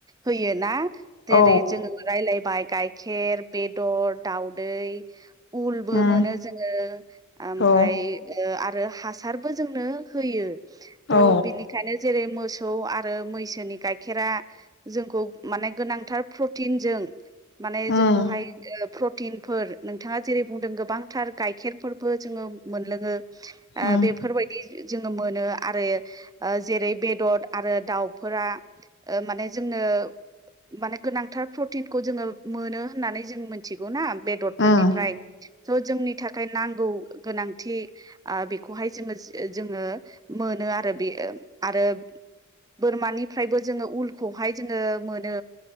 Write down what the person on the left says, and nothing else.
औ
उम
औ
औ
उम
उम
उम